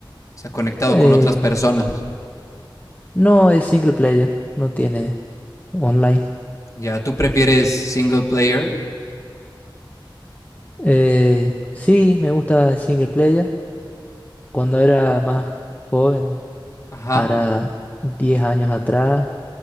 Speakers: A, on the left; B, on the left.
A: sea, conectado
B: Eh,
A: con otras personas.
B: no es single player, no tiene online.
A: Ya, ¿tú prefieres single player?
B: Eh, sí, me gusta el single player. Cuando era más joven,
A: Ajá.
B: ahora 10 años atrás.